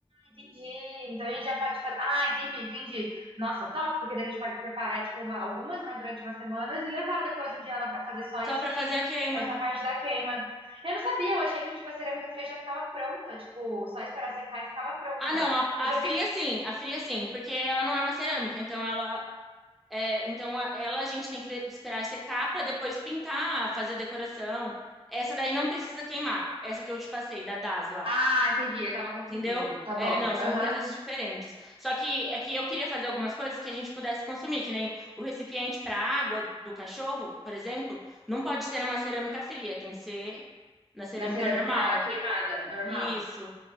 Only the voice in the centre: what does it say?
Só para fazer a queima.
Ah, não, a,
a
fria
sim, a fria sim, porque ela não é uma cerâmica, então ela é, então a- ela a gente tem que de- esperar secar para depois pintar, fazer a decoração. Essa daí não precisa queimar, essa que eu te passei da Das lá.
Entendeu?
É, não, são
coisas diferentes. Só que é que eu queria fazer algumas coisas que a gente pudesse consumir, que nem o recipiente para água do cachorro, por exemplo, não pode ser numa cerâmica fria, tem que ser na cerâmica
normal.
Isso,